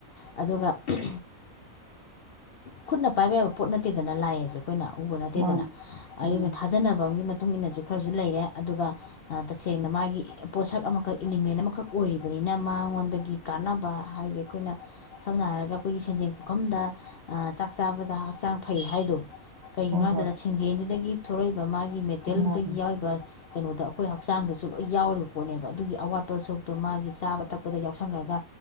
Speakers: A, on the left; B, on the right.
A: ꯑꯗꯨꯒ ꯠ ꯈꯨꯠꯅ ꯄꯥꯏꯕ ꯌꯥꯕ ꯄꯣꯠ ꯅꯠꯇꯦꯗꯅ ꯂꯥꯛꯑꯁꯦ ꯑꯩꯈꯣꯏꯅ ꯎꯕ ꯅꯠꯇꯦꯗꯅ
B: ꯃꯥꯅꯤ
A: ꯑꯩꯅ
B: ꯎꯝ
A: ꯊꯥꯖꯅꯕ ꯑꯃꯒꯤ ꯃꯇꯨꯡ ꯏꯟꯅꯁꯨ ꯈꯔꯁꯨ ꯂꯩꯔꯦ ꯑꯗꯨꯒ ꯇꯁꯦꯡꯅ ꯃꯥꯒꯤ ꯄꯣꯠꯁꯛ ꯑꯃꯈꯛ ꯏꯂꯤꯃꯦꯟ ꯑꯃꯈꯛ ꯑꯣꯏꯔꯤꯕꯅꯤ ꯏ ꯃꯥ ꯗꯒꯤ ꯀꯥꯟꯅꯕ ꯍꯥꯏꯁꯦ ꯑꯩꯈꯣꯏꯅ ꯁꯝꯅ ꯍꯥꯏꯔꯒ ꯑꯩꯈꯣꯏꯒꯤ ꯁꯦꯟꯖꯦꯡ ꯄꯨꯈꯝꯗ ꯆꯥꯛ ꯆꯥꯕꯗ ꯆ ꯍꯛꯆꯥꯡ ꯐꯩ ꯍꯥꯏꯗꯣ ꯀꯩꯒꯤꯅꯣ
B: ꯍꯣꯏ
A: ꯍꯥꯏꯕ
B: ꯍꯣꯏ
A: ꯃꯇꯝꯗ ꯁꯤꯡꯖꯦꯟꯗꯨꯗꯒꯤ ꯊꯣꯛꯂꯛꯏꯕ ꯃꯥꯒꯤ ꯃꯦꯇꯦꯜꯗꯨꯗꯒꯤ
B: ꯃꯥꯅꯤ
A: ꯌꯥꯎꯔꯤꯕ ꯀꯩꯅꯣꯗ ꯑꯩꯈꯣꯏ ꯍꯛꯆꯥꯡꯗꯁꯨ ꯂꯣꯏ ꯌꯥꯎꯔꯤꯕ ꯄꯣꯠꯅꯦꯕ ꯑꯗꯨꯒꯤ ꯑꯋꯥꯠꯄ ꯁꯔꯨꯛꯇꯣ ꯃꯥꯒꯤ ꯆꯥꯕ ꯊꯛꯄ ꯗ ꯌꯥꯎꯁꯟꯈ꯭ꯔꯒ